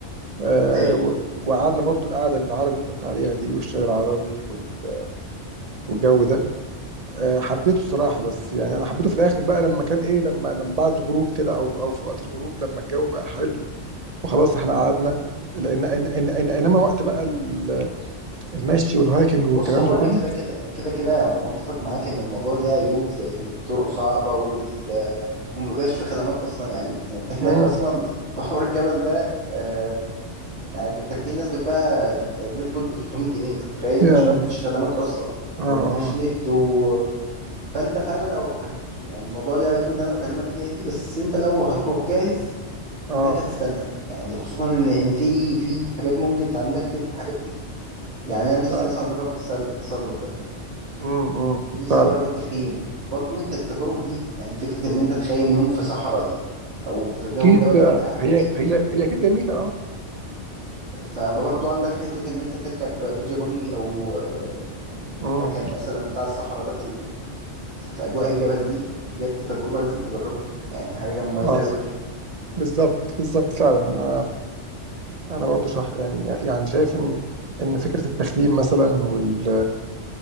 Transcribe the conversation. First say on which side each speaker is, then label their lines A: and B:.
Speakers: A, on the right; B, on the right.
A: آه،
B: ايوه
A: و- وقعدنا برضو القعده العربي اللي انت قلت عليها دي والشاي العربي وال- والجو ده آه، حبيته الصراحه بس يعني انا حبيته في الاخر بقى لما كان ايه لما لما بعد الغروب كده او او في وقت الغروب لما الجو بقى حلو وخلاص احنا قعدنا لان إن إن إن انما وقت بقى ال- المشي والهايكنج والكلام
B: بص هو
A: ده
B: انا
A: كله
B: كده كده كده كده متفق معاك ان الموضوع ليه عيوب زي ان الطرق صعبه وال ومبقاش في خدمات اصلا يعني يعني انت
A: امم
B: هناك اصلا في حوار الجبل ده آه يعني كان في ناس بتباع الريد بول ب 300 جنيه انت متخيل
A: يا
B: عشان مفيش خدمات اصلا
A: اه
B: ومفيش
A: اه
B: نت و... فانت فعلا لو هت... يعني الموضوع ليه عيوب اللي انا بكلمك فيها دي بس انت لو هتروح جاهز
A: اه
B: انت هتستمتع يعني خصوصا ان ان في في حاجات ممكن تعملها كتير في الحاجات دي يعني انا نفسي
A: فعلا
B: مثلا اجرب التسل- التسلق
A: امم امم
B: ونفسي
A: فعلا
B: اجرب التخييم برضو انت التجارب دي يعني فكرة ان انت تخيم يوم في صحراء دي او في جو
A: اكيد
B: جبل
A: ده-
B: بتاع
A: هي
B: اكيد
A: هي هي اكيد جميله اه
B: فبرضو عندك حتة ان انت تركب بيتش باجي او آه،
A: امم
B: مكان مثلا بتاع الصحراء ده في ال... في في اجواء الجبل دي بجد تجربة لازم تجربها يعني حاجة مميزة
A: اه
B: قوي
A: بالظبط بالظبط فعلا انا انا برضو شح يعني يعني شايف ان ان فكره التخييم مثلا وال